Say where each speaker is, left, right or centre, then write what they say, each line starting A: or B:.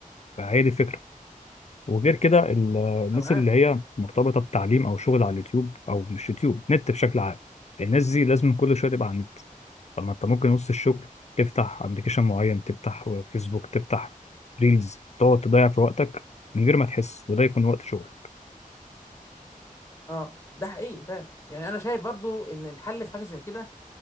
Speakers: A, on the left (about 50°); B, on the left (about 20°).
A: فهي دي الفكرة وغير كده ال- الناس
B: انا معاك
A: اللي هي مرتبطة بتعليم أو شغل على اليوتيوب أو مش يوتيوب نت بشكل عام الناس دي لازم كل شوية تبقى على النت طب ما أنت ممكن وسط الشغل تفتح أبلكيشن معين تفتح فيسبوك تفتح ريلز تقعد تضيع في وقتك من غير ما تحس وده يكون وقت شغل
B: اه ده حقيقي فعلا يعني انا شايف برضه ان الحل في حاجه زي كده